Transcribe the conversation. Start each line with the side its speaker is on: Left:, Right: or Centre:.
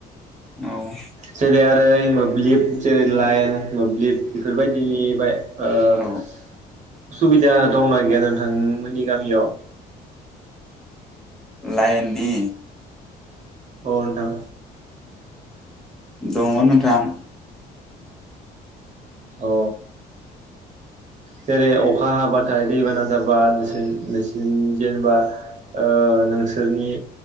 Centre: औ
Right: जेरै आरो मोब्लिब जेरै लाइन मोब्लिब बेफोरबायदिनि बाय ओ
Centre: औ
Right: सुबिदा दंना गैया नोंथांमोन नि गामियाव
Centre: लाइननि
Right: अ नोंथां
Centre: दङ नोंथां
Right: अ जेरै अखा हाबाथाय दैबाना जाबा नोंसोर नोंसोरनि जेनेबा ओ नोंसोर सोरनि